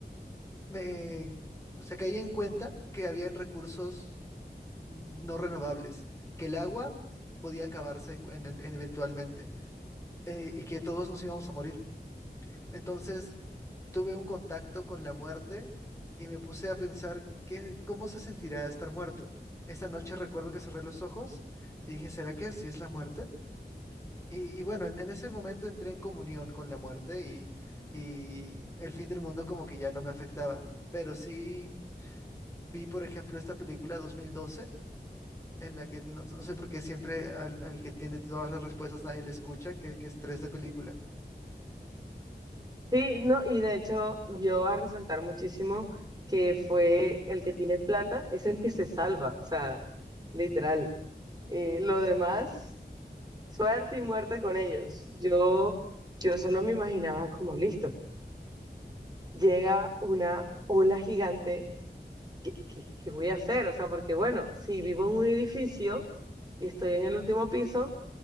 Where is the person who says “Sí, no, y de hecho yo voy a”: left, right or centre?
Right